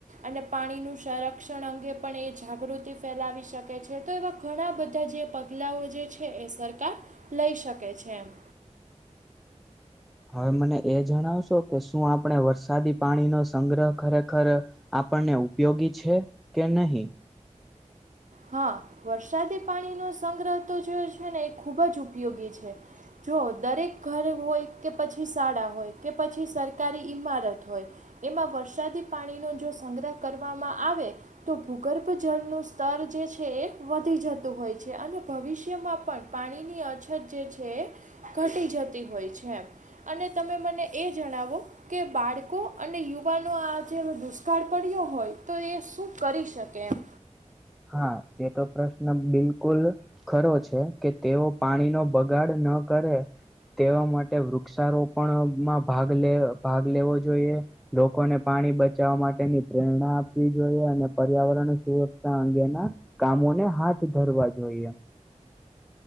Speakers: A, on the right; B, in the centre.
A: અને પાણીનું સંરક્ષણ અંગે પણ એ જાગૃતિ ફેલાવી શકે છે તો એવા ઘણા બધા જે પગ ગલાઓ જે છે એ સરકાર લઈ શકે છે એમ.
B: હવે મને એ જણાવશો કે શું આપણે વરસાદી પાણીનો સંગ્રહ ખરેખર આપણને ઉપયોગી છે કે નહીં.
A: હા વરસાદી પાણીનો સંગ્રહ તો જે છે ને એ ખૂબ જ ઉપયોગી છે. જો દરેક ઘર હોય કે પછી શાળા હોય કે પછી સરકારી ઈમારત હોય એમાં વરસાદી પાણીનો જો સંગ્રહ કરવામાં આવે તો ભૂગર્ભ જળનું સ્ તર જે છે એ વધી જતું હોય છે અને ભવિષ્યમાં પણ પાણીની અછત જે છે ઘટી જતી હોય છે એમ અને તમે મને એ જણાવો કે બાળકો અને યુવાનો આ જેે દુષ્કાળ પડ્યો હોય તો એ શું કરી શકે એમ.
B: હા એ તો પ્રશ્ન બિલકુલ ખરો છે કે તેઓ પાણી નો બગાડ ન કરે તેઓ માટે વૃક્ષારોપણમાં ભાગ લે ભાગ લેવો જોઈએ લોકોને પાણી બચાવવા માટેની પ્રેરણા આપવી જોઈએ અને પર્યાવરણ સુર અંગેના કામોને હાથ ધરવા જોઈએ.